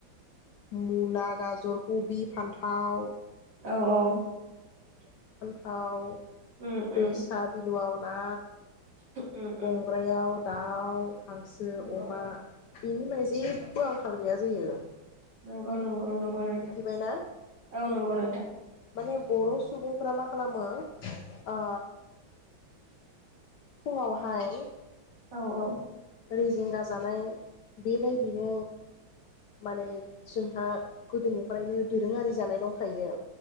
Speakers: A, on the left; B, on the right.
A: मुला गाजर खबि फान्थाव
B: औ औ।
A: थाव
B: उम
A: दैसा
B: उम
A: बि न'आव ना
B: उम
A: गंग्रायाव
B: उम
A: दाउ हांसो
B: नंगौ
A: अमा बेनि माने जे बो आंखाल गैया जायो।
B: नोंगौ नों गौ नंगौ नोंथां
A: मिथिबायना
B: औ नंगौ नोंथां।
A: माने बर' सुबुंफोरा मा खालामो ओ फुङावहाय
B: औ औ।
A: रेजेंगा जानाय बेबायदिनो माने जोंहा गोदोनिफ्रायनो दोरोङारि जानाय दंखायो।